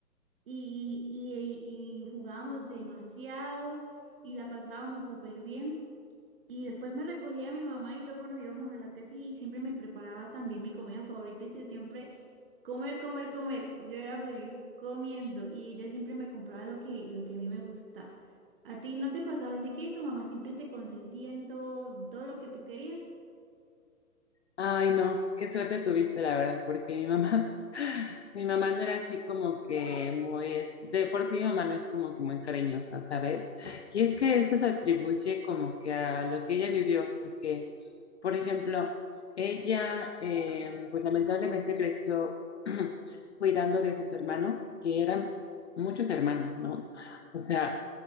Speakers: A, on the right; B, on the left.
A: y, y, y- y jugábamos demasiado y la pasábamos súper bien. Y después me recogía mi mamá y luego nos íbamos a la casa y siempre me preparaba también mi comida favorita y yo siempre comer, comer, comer. Yo era feliz comiendo y ella siempre me compraba lo que, lo que a mí me gusta. ¿A ti no te pasaba así que tu mamá siempre te consentía en todo, todo lo que tú querías?
B: Ay, no, qué suerte tuviste, la verdad, porque mi mamá, <laughs> mi mamá no era así como que muy, es- de por sí mi mamá no es como que muy cariñosa, ¿sabes? Y es que esto se atribuye como que a lo que ella vivió, porque, por ejemplo, ella, eh, pues lamentablemente creció <clears throat> cuidando de sus hermanos, que eran muchos hermanos, ¿no? O sea,